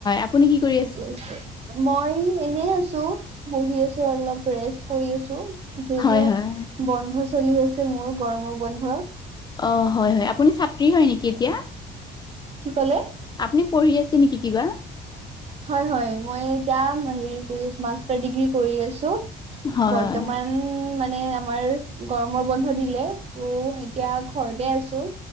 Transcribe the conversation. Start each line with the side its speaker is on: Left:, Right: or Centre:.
Left: আপুনি কি কৰি
Right: ঠিকেই আছে। মই এনে আছোঁ বহি আছোঁ অলপ ৰেষ্ট কৰি আছোঁ। যিহেতু
Left: হয় হয়
Right: বন্ধ চলি আছে মোৰ গৰমৰ বন্ধ
Left: অ' হয়, হয় আপুনি ছাত্ৰী হয় নেকি এতিয়া?
Right: কি ক'লে?
Left: আপুনি পঢ়ি আছে নেকি কিবা?
Right: হয়, হয় মই এতিয়া হেৰি কৰি মাষ্টাৰ ডিগ্ৰী পঢ়ি আছোঁ
Left: হয়
Right: বৰ্তমান ও' মানে আমাৰ গৰমৰ বন্ধ দিলে ত' এতিয়া ঘৰতে আছোঁ।